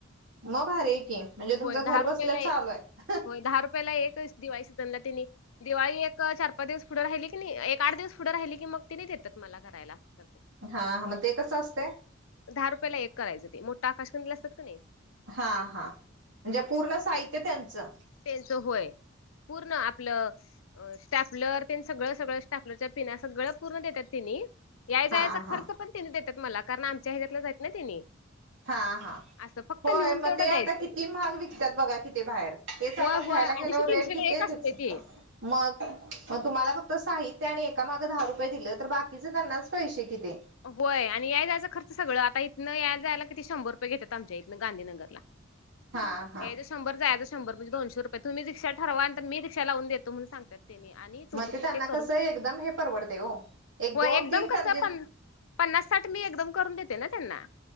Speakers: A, on the right (about 65°); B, on the left (about 80°).
A: मग भारी आहे की म्हणजे तुमचं
B: होय दहा
A: घर
B: रुपयाला
A: बसल्या चालू आहे
B: होय दहा रुपयाला एकच दिवाळी सिझनला तेनी दिवाळी एक चार दिवस पुढे राहिली की नाही एक आठ दिवस पुढं राहिली की म तेनी देतात मला कराय असत
A: हा मग ते कसं असतय?
B: दहा रुपयाला एक करायचं ते मोठा आकाश कंदिल असतात का नाही
A: हा हा म्हणजे पूर्ण साहित्य त्यांचं
B: त्यांच होय पूर्ण आपलं स्टेप लर सगळं सगळं स्टॅपलरच्या पिना सगळं पूर्ण देतात तिनी याय जायचा
A: हा हा
B: खर्च पण तेनी देतात मला कारण आमच्या ह्याच्यातल्याच आहेत ना त्यांनी
A: हा हा
B: असं फक्त
A: होय
B: नेऊन
A: म
B: तेवढं
A: ते आता
B: द्यायचं
A: किती महाग विकत्यात बघा कि ते बाहेर तेचं आपण
B: होय होय
A: घ्यायला
B: अडीचशे
A: गेलो
B: तीनशेला
A: रेट किती येतं असतील?
B: <inaudible>
A: मग मग तुम्हाला फक्त साहित्य आणि एका मागं दहा रुपये दिलं तर बाकीचे त्यांनाच पैसे कि ते
B: होय आणि याय जायचं खर्च सगळं आता इथनं याय जायला तरी शंभर रुपये घेतात आमच्या इथनं गांधीनगरला
A: हा हा
B: यायचं शंभर जायचं शंभर म्हणजे दोनशे रुपये तुम्ही रिक्षा ठरवाल तर मी रिक्षा लाऊन देतो म्हणून सांगते आणि
A: मग
B: तुमचं त
A: त्यांना
B: ते करून
A: कसं एकदम हे परवडते हो एक
B: हो
A: दोन
B: एकदम
A: तीन कंदील
B: कसं पन पन्नास साठ मी एकदम करून देते ना त्यांना